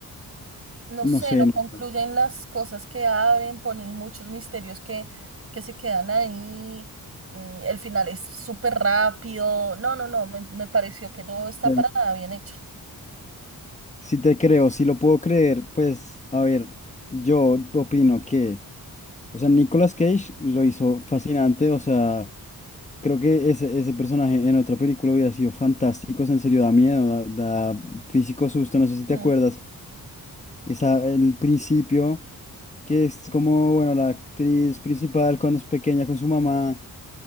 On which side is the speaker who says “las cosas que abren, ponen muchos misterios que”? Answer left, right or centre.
Right